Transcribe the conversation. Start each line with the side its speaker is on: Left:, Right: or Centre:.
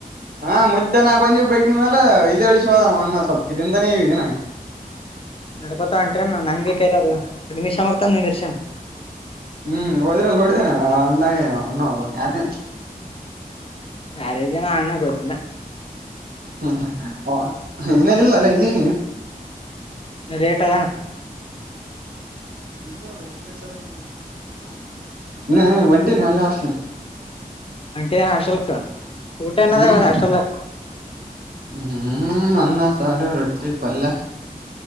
Right: ಹಾ ಮುತ್ಯಾ ನಾ ಬಂದಿವ್ ಬೈಕಿನ ಮ್ಯಾಲ ಇಲ್ಲೇ ಇಳಿಸ ಹೋದ ಅವ ಅಣ್ಣ ಸ್ವಲ್ಪ ಗಿಳಿಂದನೆ ಏನ.
Left: ನಡ್ಕೋತ ಹೊಂಟಿರನ ನಂಗ ಬಿ ಕರಿ ಬ್ರೋ ಹದ ನಿಮಿಷ ಆಗ್ತ ನಿಂದರ್ಷ.
Right: ಹ್ಮ್ ಹೋದ್ರಲ್ಲಿ ನೊಡಿದೇನ ಅಣ್ಣಾಗ ಅಣ್ಣ ಹೋಗ ಯಾರ.
Left: ಯಾರಿದಿವ ಅಣ್ಣಾ ಗೊತ್ತಿಲ್ಲಾ.
Right: ಹ್ಮ್ ಹ ಇಲ್ಲ ಇಲ್ಲಲ್ಲ ಇಲ್ಲಿ.
Left: ಇನ್ನ ಲೇಟ್.
Right: <inaudible> ಹ್ಮ್ ಹ್ಮ್ ಒಂಟಿನ್ ಅಲ್ಲೇ ಹಾಸ್ಟಿಲ್ಗೆ.
Left: ಒಂಟಿ ಏನ್ ಹಾಸ್ಟೆಲ್ಕ್ ಊಟ ಏನ್ ಅದ
Right: ಹ್ಮ್
Left: ಇವತ್ ಹಾಸ್ಟೆಲ್ದಾಗ್.
Right: ಹ್ಮ್ ಅನ್ನ, ಸಾರು, ರೊಟ್ಟಿ, ಪಲ್ಯ.